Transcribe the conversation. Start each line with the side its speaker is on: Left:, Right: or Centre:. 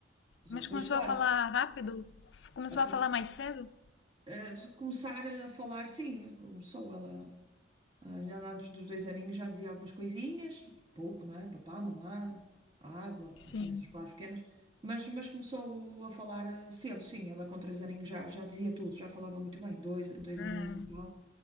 Right: Mas
Left: mas
Right: eu depois,
Left: começou
Right: claro,
Left: a falar rápido? F- Começou
Right: a- a-
Left: a falar mais cedo?
Right: a começar a falar, sim, começou ela. A minha lá antes dos dois aninhos já dizia algumas coisinhas, pouco, não é? Papá, mamã, água,
Left: Sim.
Right: assim, essas palavras pequenas. Mas, mas começou a falar eh, cedo, sim. Ela com três aninhos já, já dizia tudo, já falava muito bem, dois, dois
Left: Ah.
Right: aninhos e tal.